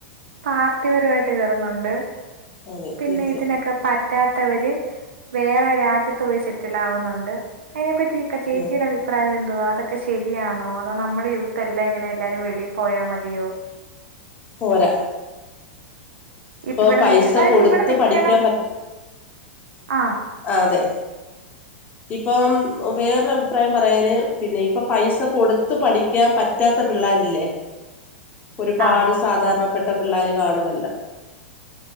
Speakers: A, on the right; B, on the left.
A: പാ ബുദ്ധിപരമായിട്ട് കേറുന്നുണ്ട്
B: അതെ
A: പിന്നെ
B: തീർച്ചയായിട്ടും
A: ഇതിനൊക്കെ പ പറ്റാത്തവര് വേറെ രാജ്യത്ത് പോയി സെറ്റിൽഡ് ആകുന്നുണ്ട് അതിനെപ്പറ്റിക്കെ ചേച്ചിയുടെ
B: ഉം
A: അഭി അഭിപ്രായം എന്തുവാ അതൊക്കെ ശരിയാണോ അതോ നമ്മടെ യൂത്ത് എല്ലാം ഇങ്ങനെ എല്ലാരും വെളിയി പോയാ മതിയോ
B: പോരാ ഇപ്പൊ
A: ഇവടെ
B: പൈസ
A: നിക്ക അതയത്
B: കൊടുത്ത്
A: ഇവടെ നിക്കണം
B: പഠിക്കാൻ പറ്റ
A: ആഹ്
B: ആഹ് അതെ
A: ഉ
B: ഇപ്പം വേറൊ അഭിപ്രായം പറയാന് പിന്നെ ഇപ്പൊ പൈസ കൊടുത്ത് പഠിക്കാൻ പറ്റ പറ്റാത്ത പിള്ളേരില്ലേ ഒരുപാട്
A: ആ
B: സാധാരണപ്പെട്ട പിള്ളോര് കാണുമല്ലോ